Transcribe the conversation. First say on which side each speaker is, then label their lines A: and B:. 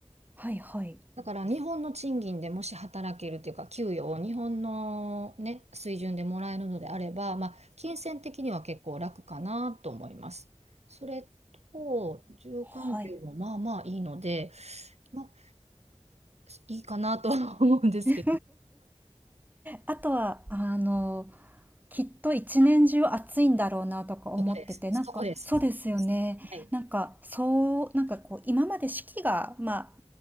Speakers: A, on the right (about 15°); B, on the right (about 70°).
A: はいはい。
B: だから日本の賃金でもし働けるというか、給与を日本のね、水準でもらえるのであれば、まあ、金銭的には結構楽かなと思います。それと、住環境もまあまあいいので、
A: はい。
B: まあ、いいかなとは思うんですけど、
A: <laughs> え、あとは、あの、きっと一年中暑いんだろうなとか思ってて、
B: そこです。そこです。
A: なんか、そうですよね。
B: そこです。はい。
A: なんか、そう、なんかこう、今まで四季が、まあ、